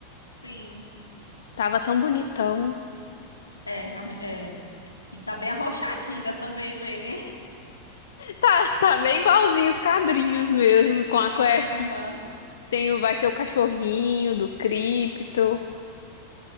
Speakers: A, on the left; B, on the left.
A: sim.
B: Tava tão bonitão. <laughs>
A: É, realmente. É. E tá bem arrochadinho dessa vez ele, hein?
B: Tá, tá bem igualzinho os quadrinhos mesmo, com
A: <laughs> Sim,
B: a cuequinha.
A: aham.
B: Tem o, vai ter o cachorrinho do Krypto.